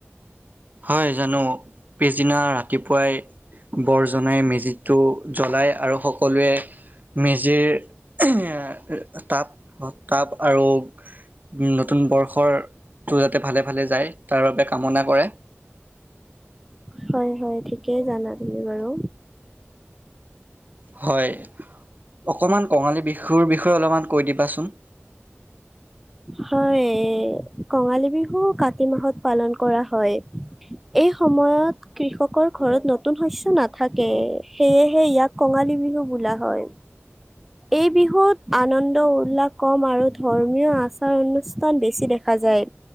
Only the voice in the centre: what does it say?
হয় হয় ঠিকেই জানা তুমি বাৰু
হয় এ কঙালী বিহু কাতি মাহত পালন কৰা হয় এই সময়ত কৃষকৰ ঘৰত নতুন শস্য নাথাকে সেয়েহে ইয়াক কঙালী বিহু বোলা হয় এই বিহুত আনন্দ উল্লাস কম আৰু। ধৰ্মীয় আচাৰ অনুষ্ঠান বেছি দেখা যায়